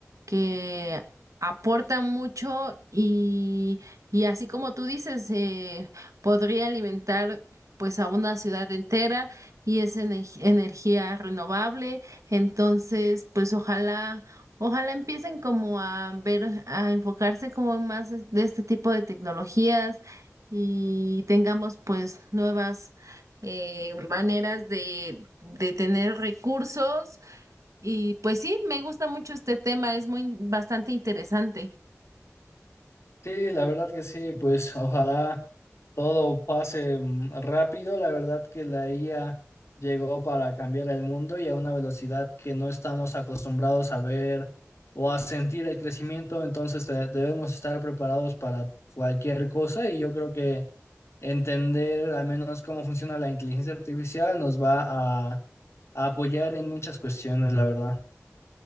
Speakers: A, on the right; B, on the left.
A: que aportan mucho y, y así como tú dices, eh, podría alimentar pues a una ciudad entera y es enej- energía renovable. Entonces, pues ojalá Ojalá empiecen como a ver, a enfocarse como en más es- de este tipo de tecnologías y tengamos pues nuevas eh, maneras de, de tener recursos. Y pues sí, me gusta mucho este tema, es muy bastante interesante.
B: Sí, la verdad que sí, pues ojalá todo pase mm, rápido. La verdad que la IA llegó para cambiar el mundo y a una velocidad que no estamos acostumbrados a ver o a sentir el crecimiento. Entonces eh, debemos estar preparados para cualquier cosa y yo creo que entender al menos cómo funciona la inteligencia artificial nos va a, a apoyar en muchas cuestiones, la verdad.